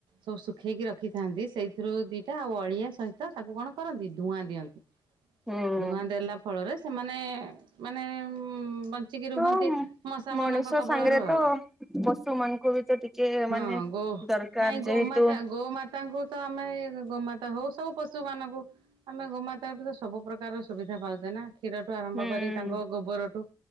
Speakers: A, on the right; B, in the centre.
A: ସବୁ ଶୁଖେଇକି ରଖିଥାନ୍ତି ସେଇଥିରୁ ଦିଟା ଆଉ ଅଳିଆ ସହିତ ତାକୁ କଣ କରନ୍ତି ଧୂଆଁ ଦିଅନ୍ତି।
B: ହୁଁ।
A: ଧୂଆଁ ଦେଲା ଫଳରେ ସେମାନେ ମାନେ ଉଁ ବନ୍ ଚିକି ରୁହନ୍ତି
B: ହଁ
A: ମଶା
B: ମଣିଷ
A: ମାନଙ୍କ କବଳରୁ
B: ସାଙ୍ଗରେ
A: ଆଉ।
B: ତ ପଶୁ ମାନଙ୍କୁ ବି ତ ଟିକେ
A: ହଁ
B: ମାନେ
A: ଗୋ
B: ଦରକାର
A: ନାଇଁ ଗୋମାତା
B: ଯେହେତୁ
A: ଗୋମାତାଙ୍କୁ ତ ଆମେ ଗୋମାତା ହଉ ସବୁ ପଶୁ ମାନଙ୍କୁ ଆମେ ଗୋମାତାଙ୍କଠୁ ତ ସବୁ ପ୍ରକାରର ସୁବିଧା ପାଉଛେ ନା କ୍ଷୀରଠୁ ଆରମ୍
B: ହୁଁ
A: କରି
B: ହୁଁ।
A: ତାଙ୍କ ଗୋବରଠୁ